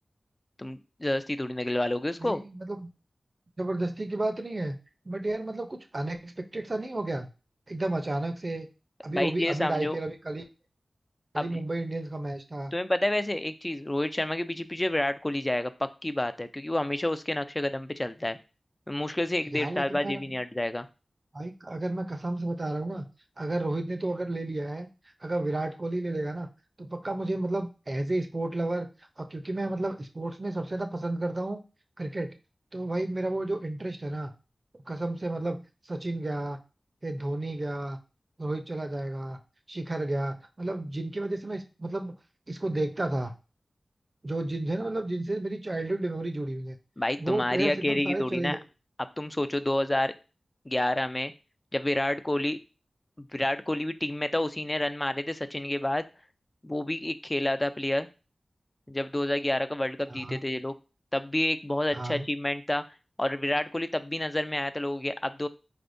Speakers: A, on the left; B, on the right.
A: तुम जबरदस्ती थोड़ी निकलवा लोगे उसको
B: भाई मतलब जबरदस्ती की बात नहीं है बट यार मतलब कुछ अनएक्सपेक्टेड सा नहीं हो गया एकदम अचानक से अभी
A: भाई
B: वो भी
A: ये
B: अमिड
A: समझो
B: आईपीएल अभी कल ही कल
A: अब
B: ही मुंबई इंडियंस का मैच था
A: तुम्हें पता है वैसे एक चीज रोहित शर्मा के पीछे पीछे विराट कोहली जाएगा पक्की बात है क्योंकि वो हमेशा उसके नक्शे कदम पे चलता है मुश्किल से एक डेढ़
B: यार
A: साल
B: लेकिन
A: बाद
B: यार
A: ये भी नहीं हट जाएगा
B: भाई अगर मैं कसम से बता रहा हूँ ना अगर रोहित ने तो अगर ले लिया है अगर विराट कोहली ले लेगा ना तो पक्का मुझे मतलब एज ए स्पोर्ट लवर और क्योंकि मैं मतलब स्पोर्ट्स में सबसे ज्यादा पसंद करता हूँ क्रिकेट तो भाई मेरा वो जो इंटरेस्ट है ना वो कसम से मतलब सचिन गया फिर धोनी गया रोहित चला जाएगा शिखर गया मतलब जिनकी वजह से मैं इस- मतलब इसको देखता था जो जिनसे ना मतलब जिनसे मेरी चाइल्डहुड मेमोरी जुड़ी हुई है
A: भाई तुम्हारी
B: वो प्लेयर्स
A: अकेले
B: एकदम
A: की
B: सारे
A: थोड़ी
B: चले
A: ना
B: ही जाएंगे
A: अब तुम सोचो 2011 में जब विराट कोहली विराट कोहली भी टीम में था उसी ने रन मारे थे सचिन के बाद वो भी एक खेला था प्लेयर जब 2011 का वर्ल्ड कप
B: हाँ
A: जीते थे ये लोग तब भी एक बहुत
B: हाँ
A: अच्छा अचीवमेंट था और विराट कोहली तब भी नजर में आया था लोगों के अब